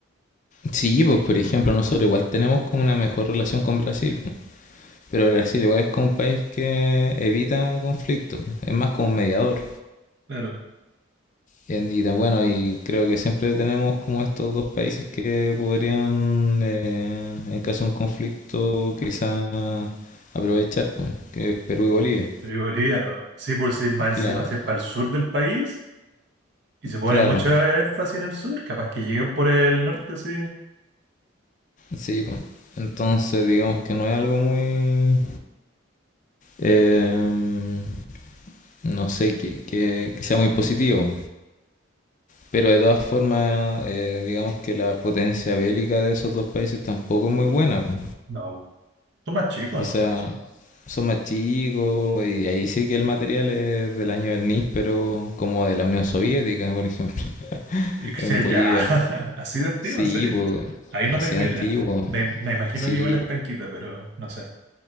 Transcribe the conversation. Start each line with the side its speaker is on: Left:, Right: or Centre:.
Left: sí, pues por ejemplo, nosotros igual tenemos como una mejor relación con Brasil, pues, pero Brasil igual es como un país que evita conflictos, pues, es más como un mediador.
Right: Claro.
Left: En- Y, da- bueno, y creo que siempre tenemos como estos dos países que podrían, eh, en caso de un conflicto, quizá aprovechar, pues, que es Perú y Bolivia.
Right: Pero y Bolivia, sí, por sí, más encima,
Left: Claro,
Right: si es para el sur del país. Y se pone
Left: claro.
Right: mucho énfasis en el sur, capaz que lleguen por el norte así.
Left: Sí, po. entonces digamos que no es algo muy, em, no sé, que, que- que sea muy positivo. Pero de todas formas, eh, digamos que la potencia bélica de esos dos países tampoco es muy buena. po.
Right: No, son más chicos,
Left: O
Right: ¿no?
Left: sea, son más chicos y ahí sí que el material es del año del NIS, pero como de la Unión Soviética, por ejemplo, <laughs>
Right: Y que
Left: en
Right: se-
Left: Bolivia.
Right: Ya, <laughs> así de antiguo,
Left: Sí,
Right: en serio.
Left: pues,
Right: Ahí no
Left: así
Right: tengo
Left: antiguo.
Right: idea. Me, me imagino
Left: Sí,
Right: que igual es penquita, pero no sé.